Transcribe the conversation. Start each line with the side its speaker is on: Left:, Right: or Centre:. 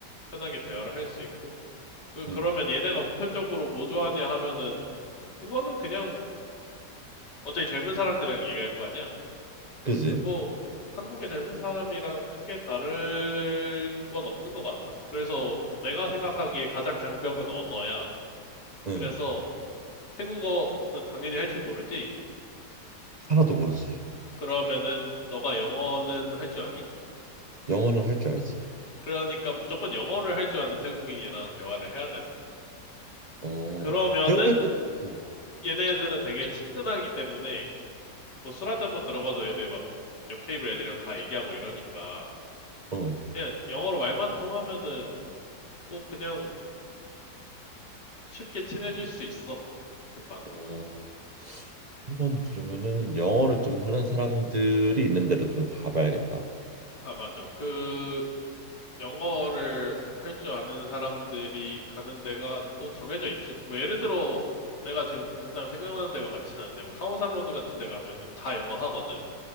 Left: 편하게 대화를 할 수 있고 그
Right: 응,
Left: 그러면 얘네가 보편적으로 뭐 좋아하냐 하면은 그거는 그냥 어차피 젊은 사람들이랑 얘기할 거 아니야.
Right: 그지?
Left: 뭐 한국의 젊은 사람이랑 크게 다른 건 없는 것 같아. 그래서 내가 생각하기에 가장 장벽은 언어야.
Right: 응,
Left: 그래서 태국어는 당연히 할 줄 모르지.
Right: 하나도 모르지.
Left: 그러면은 너가 영어는 할 줄 아니?
Right: 영어는 할줄 알지.
Left: 그러니까 무조건 영어를 할 줄 아는 태국인이랑 대화를 해야 되는 거야.
Right: 어,
Left: 그러면은
Right: 태국 애들은 어,
Left: 얘네들은 되게 친근하기 때문에 뭐 술 한잔만 들어가도 애들 막 옆 테이블 애들이랑 다 얘기하고 이러니까
Right: 어,
Left: 그냥 영어로 말만 통하면은 뭐 그냥 쉽게 친해질 수 있어. 금방.
Right: 어. 한 번 그러면은 영어를 좀 하는 사람들이 있는 데로 좀 가봐야겠다.
Left: 아, 맞아. 그 영어를 할 줄 아는 사람들이 가는 데가 또 정해져 있지. 뭐 예를 들어 내가 지금 당장 생각나는 데가 많지는 않은데 뭐 카오산 로드 같은 데 가면은 다 영어 하거든.